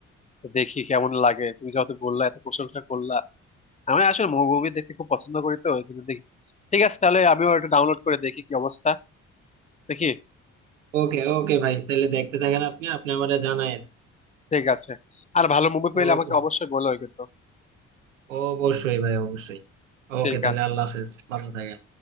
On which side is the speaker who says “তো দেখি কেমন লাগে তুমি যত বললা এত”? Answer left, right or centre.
Left